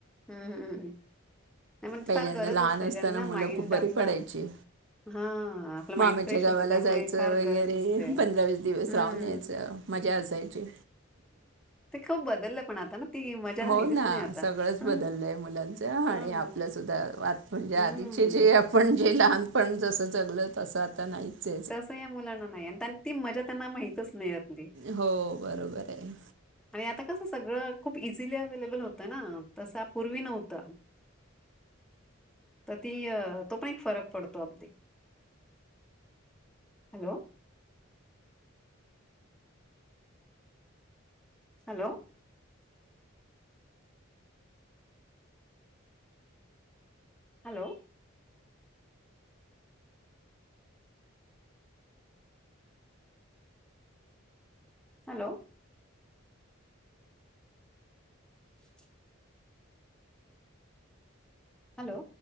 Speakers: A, in the centre; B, on the right.
A: हं, हं. नाही पण
B: पहिल्यांदा
A: फार गरज
B: लहान
A: असते
B: असताना
A: ज्यांना
B: मुलं
A: माइंड
B: खूप बरी
A: आपला
B: पडायची
A: हां, आपला माइंड
B: मामा याच्या
A: फ्रेश
B: गावाला
A: होतो त्यामुळे
B: जायचं
A: फार
B: वगैरे
A: गरज असते.
B: पंधरा वीस दिवस
A: हं.
B: राहून यायचं. मजा असायची.
A: ते खूप बदललं पण आता ना ती मजा राहिलीच
B: हो ना
A: नाही आता.
B: सगळंच बदललय
A: हो
B: मुलांच आणि
A: ना.
B: आप आपल सुद्धा वा म्हणजे
A: हं.
B: आधीचे जे आपण जे लहानपण जसं जगल तसं आता नाहीच ये.
A: तसं या मुलांना नाही आणि ती मजा त्यांना मिळत नाही
B: हो बरोबर आहे
A: आणि आता कसं सगळं खूप इझिली अव्लेबल होत ना तस पूर्वी नव्हत तर ती अ तो पण एक फरक पडतो अगदी. Hello. Hello. Hello. Hello. <unintelligible> Hello.